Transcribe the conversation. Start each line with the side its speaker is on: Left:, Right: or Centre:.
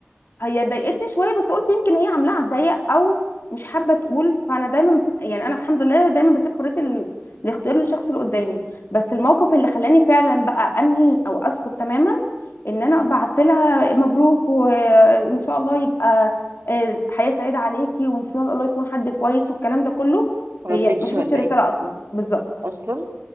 Left: هي ضايقتني شويه بس قلت يمكن هي عاملاها على الضيق او مش حابه تقول فانا دايما يعني انا الحمد لله دايما بسيب حريه ال... الاختيار للشخص اللي قدامي بس الموقف اللي خلاني فعلا بقى انهي او اسكت تماما ان انا بعت لها مبروك وان شاء الله يبقى آه، حياه سعيده عليكي وان شاء الله يكون حد كويس والكلام ده كله
Right: مردتش
Left: هي ما شافتش
Right: ولا
Left: الرساله
Right: ايه
Left: اصلا بالظبط
Right: اصلا